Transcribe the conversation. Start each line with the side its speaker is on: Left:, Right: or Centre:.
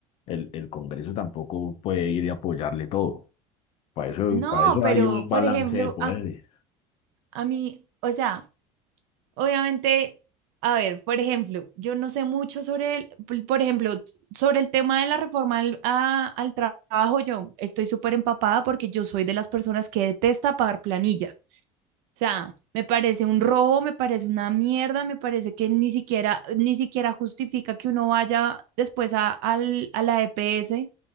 Left: el, el Congreso tampoco puede ir y apoyarle todo. Para eso,
Right: No,
Left: para eso
Right: pero
Left: hay un balance
Right: por ejemplo,
Left: de poderes.
Right: a, a mí, o sea, Obviamente, a ver, por ejemplo, yo no sé mucho sobre el, por por ejemplo, sobre el tema de la reforma al, a- al tra- trabajo, yo estoy súper empapada porque yo soy de las personas que detesta pagar planilla. O sea, me parece un robo, me parece una mierda, me parece que ni siquiera, ni siquiera justifica que uno vaya después a, al- a la EPS